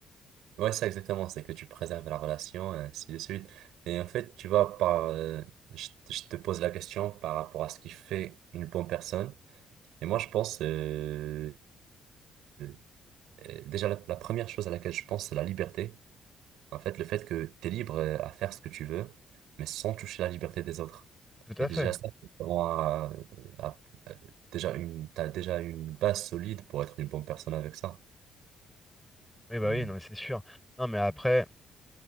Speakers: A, on the right; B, in the centre.
A: Ouais, ça exactement, c'est que tu préserves la relation, et ainsi de suite. Et en fait, tu vois, par, euh, je, je te pose la question par rapport à ce qui fait une bonne personne. Et moi, je pense, euh, euh, euh, déjà, la, la première chose à laquelle je pense, c'est la liberté. En fait, le fait que tu es libre euh, à faire ce que tu veux, mais sans toucher la liberté des autres.
B: Tout
A: Et
B: à
A: déjà,
B: fait.
A: ça, c'est vraiment à- à- à- euh, déjà une, t'as déjà une base solide pour être une bonne personne avec ça.
B: Oui, bah
A: Mm.
B: oui, non, mais c'est sûr. Non, mais après,